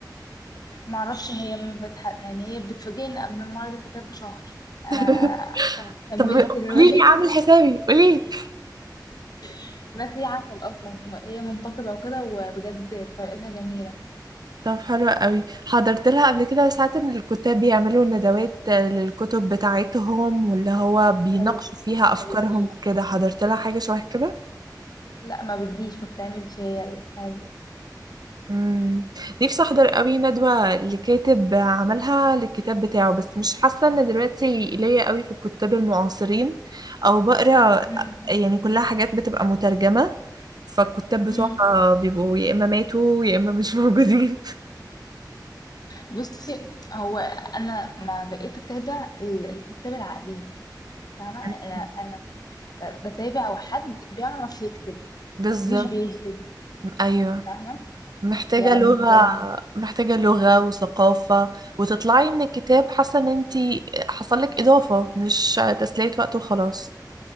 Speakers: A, on the left; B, on the right.
A: معرفش هي ما بتح... يعني هي بتفاجئني قبل معرض الكتاب بشهر أنا
B: <laughs>
A: كملت
B: طب
A: الرواية
B: قولي لي عامل حسابي قولي لي
A: <laughs> بس هي عسل أصلا هي منتقبة وكده وبجد طريقتها جميلة
B: طب حلو قوي حضرت لها قبل كده ساعات ان الكتاب بيعملوا ندوات للكتب بتاعتهم واللي هو بيناقشوا
A: ما بتجيش
B: فيها افكارهم
A: ما بتجيش
B: وكده حضرت لها حاجه شبه كده
A: لا ما بتجيش ما بتعملش هي حاجة
B: امم نفسي احضر قوي ندوه لكاتب عملها للكتاب بتاعه بس مش حاسه ان دلوقتي ليا قوي في الكتاب المعاصرين او بقرا
A: مم.
B: يعني كلها حاجات بتبقى مترجمه فالكتاب بتوعها
A: مم.
B: بيبقوا يا اما ماتوا يا اما مش موجودين
A: بصي هو انا ما بقيت اتابع ال- الكتاب العقليين فاهمه
B: <laughs>
A: انا انا ب- بتابع حد بيعرف يكتب
B: بالظبط
A: مش بيهبد
B: ايوه
A: فاهمه
B: محتاجة
A: يعني
B: لغة
A: كان
B: محتاجة لغة وثقافة وتطلعي من الكتاب حاسة ان انتي حصل لك اضافة مش تسلية وقت وخلاص